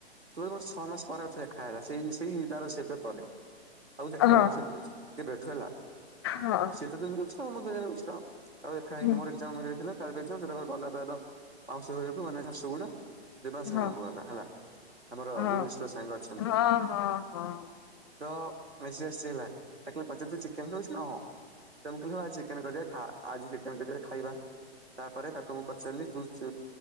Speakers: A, on the right (about 85°); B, on the left (about 25°).
A: ସେ ମୋର ଛଅ ମାସ ପରେ ଆଉ ଥରେ ଦେଖା ହେଲା ସେଇ ସେଇ ତାର ସେବେ ପରେ ଆଉ ଦେଖା
B: ହଁ
A: ହେଇନି ମ କେବେଠୁ
B: ହଁ
A: ସେତ <unintelligible> ଆଉ ଦେଖାନି
B: ହୁଁ
A: ମୋର ଏକଜାମ୍ ହେଇଯାଇଥିଲା ତାର ବି ଏକଜାମ୍ ସେ ତାର ଗଲା ତାର ମାଉସୀ ଘରକୁ ମାନେ ଝାରସୁଗୁଡା ଦେବାଂଶ
B: ହଁ
A: ଗାଁ କୁ ଗଲା ହେଲା ଆମର <unintelligible>
B: ହଁ
A: ସାଙ୍ଗ ଅଛନ୍ତି।
B: ହଁ ହଁ ହଁ
A: ତ ବସି ଆସଛି ହେଲା ତାକୁ ଯେବେ ପଚାରିଲି ତୁ ଚିକେନ ଖାଉଛୁ ନାହିଁ। ତ ମୁଁ କହିଲି ହଁ ଆଜି ଚିକେନ କରିଆ ଖାଆ ଆଜି ଚିକେନ କରିଆ ଖାଇବା। ତାପରେ ତାକୁ ମୁଁ ପଚାରିଲି ତୁୁ ତୁ